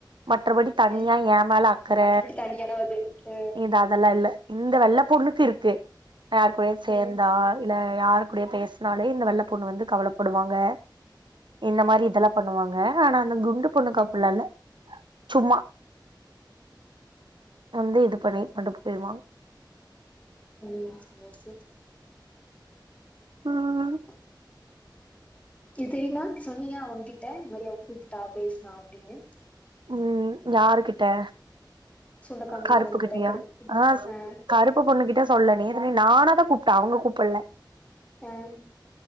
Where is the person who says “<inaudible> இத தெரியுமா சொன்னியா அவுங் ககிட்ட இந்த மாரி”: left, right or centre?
Left